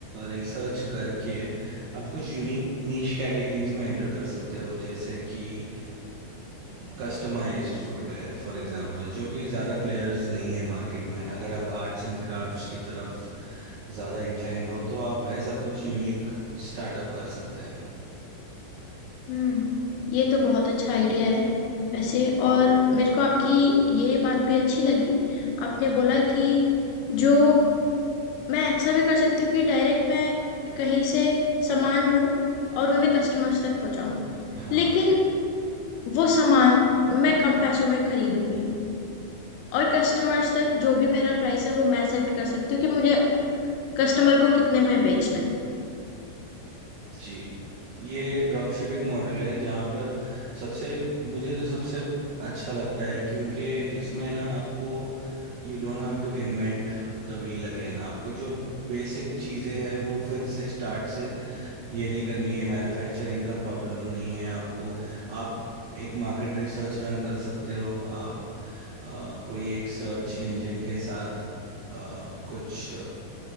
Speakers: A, on the right; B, on the left.
A: रिसर्च करके आप कुछ यूनिक नीश कैटेगरीज में एंटर कर सकते हो जैसे कि कस्टमाइज्ड फुटवेयर फॉर एग्जांपल जो कि ज़्यादा प्लेयर्स नहीं है मार्केट में अगर आप आर्ट्स एंड क्राफ्ट्स की तरफ ज़्यादा इंक्लाइंड हो तो आप ऐसा कुछ यूनिक स्टार्टअप कर सकते हैं
B: हम्म ये तो बहुत अच्छा आइडिया है वैसे और मेरे को आपकी ये बात भी अच्छी लगी आपने बोला कि जो मैं ऐसा भी कर सकती हूँ कि डायरेक्ट मैं कहीं से सामान लूं और उन्हें कस्टमर्स तक पहुंचाऊं
A: हाँ
B: लेकिन वो सामान मैं कम पैसों में खरीदूंगी और कस्टमर्स तक जो भी मेरा प्राइस है वो मैं सेट कर सकती हूँ कि मुझे कस्टमर को कितने में बेचना है
A: जी ये ड्रॉप शिपिंग मॉडल है जहाँ पर सबसे मुझे तो सबसे अच्छा लगता है क्योंकि इसमें ना आपको you don't have to invent the wheel again आपको जो बेसिक चीज़ें हैं वो फिर से स्टार्ट से ये नहीं करनी है मैन्युफैक्चरिंग का प्रॉब्लम नहीं है आपको आप एक मार्केट रिसर्च रन कर सकते हो आप अ, कोई एक सर्च इंजन के साथ अ, कुछ